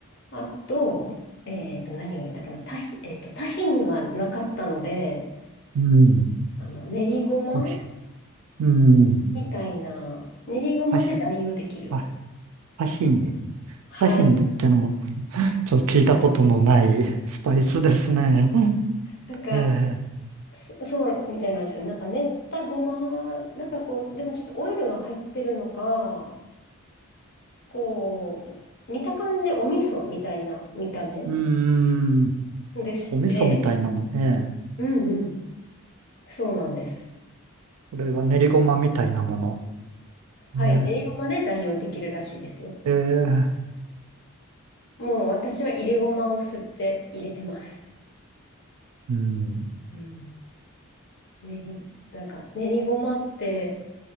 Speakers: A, on the left; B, on the right.
A: あと、えっと、何が入れたかな。タヒ、えっと、タヒにはなかったので、
B: うん、
A: あの、練りごま
B: ヒうん、
A: みたいな、練りごまで代用できる。
B: パヒ、パパヒニ。
A: はい。
B: パヒニってのも、ちょっと聞いたことのない <laughs> スパイスですね。うん
A: なんか、
B: ええ
A: そ、そうみたいなんですよ。なんか練ったごま、なんかこう、でもちょっとオイルが入ってるのか、こう、見た感じお味噌みたいな見た目
B: うーん、
A: でして、
B: お味噌みたいなの。ええ
A: うんうん。そうなんです。
B: これが練りごまみたいなもの。
A: はい。
B: え
A: 練りごまで代用できるらしいですよ。
B: ー、えー
A: もう私は入れごまを吸って入れてます。
B: うん、
A: うん。練り、なんか練りごまって